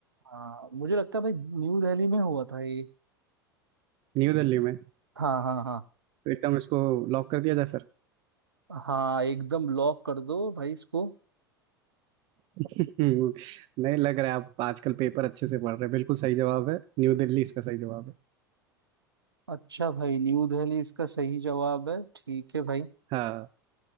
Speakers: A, on the right; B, on the right.
A: हाँ मुझे लगता है भाई न्यू दिल्ली में हुआ था ये
B: न्यू दिल्ली में
A: हाँ हाँ हाँ
B: तो एकदम इसको लॉक कर दिया जाए फिर
A: हाँ एकदम लॉक कर दो भाई इसको
B: हम्म, नहीं लग रहा है आप आजकल पेपर अच्छे से पढ़ रहे हैं बिल्कुल सही जवाब है न्यू दिल्ली इसका सही जवाब है
A: अच्छा भाई न्यू दिल्ली इसका सही जवाब है ठीक है भाई
B: हाँ